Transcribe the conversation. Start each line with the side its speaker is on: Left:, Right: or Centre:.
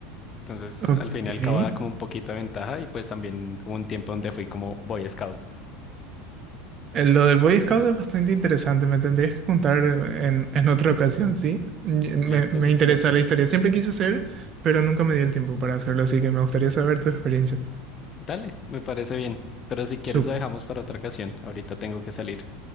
Left: Entonces,
Right: Ok.
Left: al fin y
Right: Eh,
Left: al cabo da como un poquito de ventaja y pues también hubo un tiempo donde fui como Boy Scout.
Right: Lo del Boy Scout es bastante interesante, me tendrías que contar en, en otra ocasión, ¿sí? Y Me,
Left: Listo,
Right: me
Left: listo.
Right: interesa la historia, siempre quise hacer, pero nunca me dio el tiempo para hacerlo, así que me gustaría saber tu experiencia.
Left: Dale, me parece bien. Pero si quieres
Right: Sup-
Left: lo dejamos para otra ocasión. Ahorita tengo que salir.